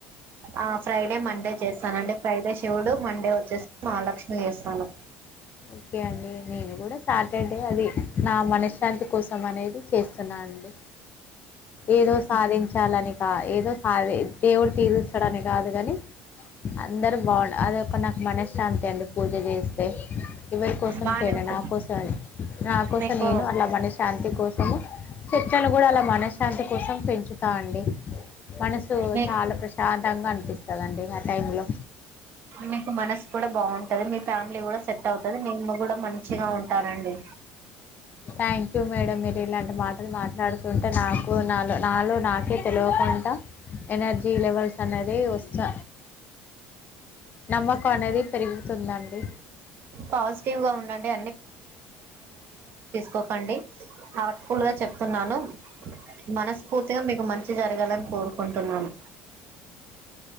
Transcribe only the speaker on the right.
ఆ ఫ్రైడే మండే చేస్తానండి ఫ్రైడే శివుడు మండే వచ్చేసి మహాలక్ష్మి చేస్తాను.
బానే
ఉంటది
మీకు
మీ
మీకు మనసు కూడా బాగుంటది మీ ఫ్యామిలీ కూడా స అవుతది నీమ్మ కూడా మంచిగా ఉంటానండి.
పాజిటివ్ గా ఉండండి కోకండి ఆ కూల్ గా చెప్తున్నాను. మనస్ఫూర్తిగా మీకు మంచి జరగాలని కోరు కోరుకుంటున్నాను.